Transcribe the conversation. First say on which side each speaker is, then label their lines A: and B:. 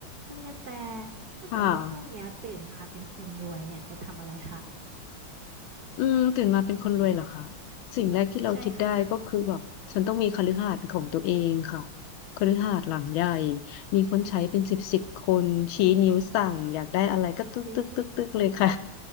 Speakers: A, on the right; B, on the left.
A: คุณกันแต่ถ้าเกิดว่าพรุ่งเนี้ยตื่นมาเป็นคนรวยเนี่ยจะทำอะไรคะ
B: ค่ะ อืม ตื่นมาเป็นคนรวยเหรอคะสิ่งแรกที่เราคิดได้ก็คือแบบฉันต้องมีคฤหาสน์ของตัวเองค่ะ
A: ใช่ค่ะ
B: คฤหาสน์หลังใหญ่มีคนใช้เป็นสิบสิบคน ชี้นิ้วสั่งอยากได้อะไรก็ตึ๊กตึ๊กตึ๊กตึ๊กเลยค่ะ
A: นี่